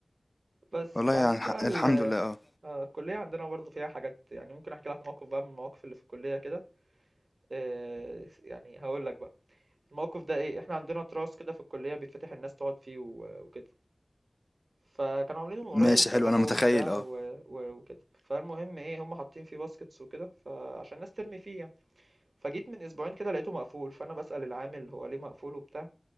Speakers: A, on the right (about 85°); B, on the left (about 20°).
A: بس
B: والله
A: بعدين
B: يعني الح-
A: بقى ال
B: الحمد لله اه
A: آه، الكلية عندنا برضه فيها حاجات يعني ممكن احكي لك موقف بقى من المواقف اللي في الكلية كده آه، يعني هقول لك بقى الموقف ده ايه احنا عندنا تراس كده في الكلية بيتفتح الناس تقعد فيه و- وكده فكانوا عاملينه من قريب
B: ماشي
A: وافتتحوه
B: حلو انا متخيل
A: وبتاع
B: اه
A: و- و- وكده فالمهم ايه هم حاطين فيه باسكتس وكده فعشان الناس ترمي فيه يعني فجيت من اسبوعين كده لقيته مقفول فانا بسأل العامل هو ليه مقفول وبتاع